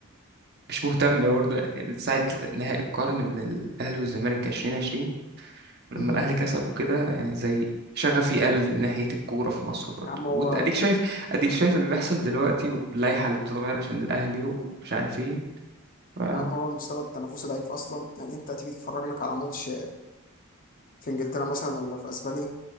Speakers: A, on the right; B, on the left.
A: مش مهتم برضه يعني من ساعة نهائي القرن بين الأهلي والزمالك 2020 ولما
B: مم.
A: الأهلي كسب وكده يعني زي شغفي قل ناحية الكورة في مصر برضه
B: يا عم هو
A: وأنت أديك شايف أديك شايف اللي بيحصل دلوقتي واللائحة اللي بتتغير عشان الأهلي ومش عارف إيه ف...
B: يا عم هو المستوى التنافسي ضعيف اصلا يعني انت هتيجي تتفرج لك على ماتش في انجلترا مثلا ولا في اسبانيا